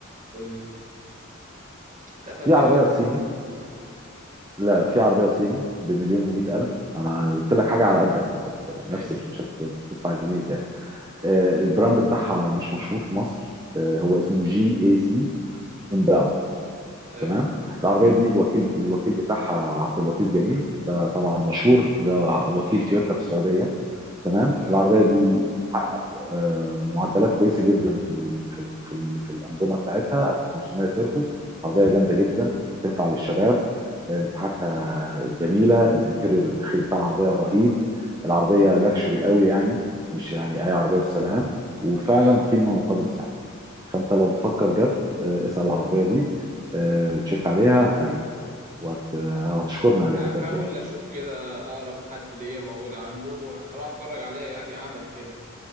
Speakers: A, on the right; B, on the right.
A: قول لي أنت قفلتني
B: في عربيه
A: من الموضوع
B: صيني
A: ده
B: لا لا في عربيه صيني بمليون ومئة الف انا قلت لك حاجه على قدك بالظبط يعني
A: ماشي
B: نفس الف- مش هتدفع جنيه يعني آه، البراند بتاعها مش مشهور في مصر آه، هو اسمه جي اي سي امباو
A: ايوه
B: تمام العربيه
A: <clears throat>
B: دي الوكيل الوكيل بتاعها عبد اللطيف جميل ده طبعا مشهور ده وكيل تويوتا في السعوديه تمام
A: تمام
B: العربيه دي بتحقق آه، معدلات كويسه جدا في ال في ال في, ال في الانظمه بتاعتها 1500 تربو عربيه جامده جدا تنفع للشباب آه، مساحتها جميله الانتيريور الداخلي بتاع العربيه رهيب العربيه لاكشري قوي يعني مش يعني اي عربيه والسلام وفعلا
A: تمام
B: قيمه مقابل سعر فانت لو بتفكر جد آه، اسال العربيه دي آه، وتشيك عليها هتعجبك وهت- آه، وهتشكرني عليها
A: هحاول
B: بجد يعني
A: اشوف كده اقرب حد ليا موجود عنده واروح اتفرج عليها يعني عملي كده